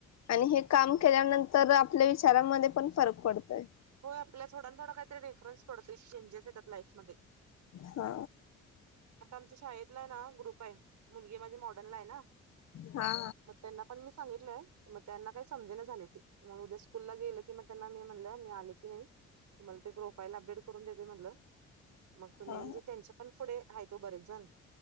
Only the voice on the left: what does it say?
आणि हे काम
केल्यानं तर आपल्या विचारांमध्ये पण फरक पडतोय
हा
हा
हा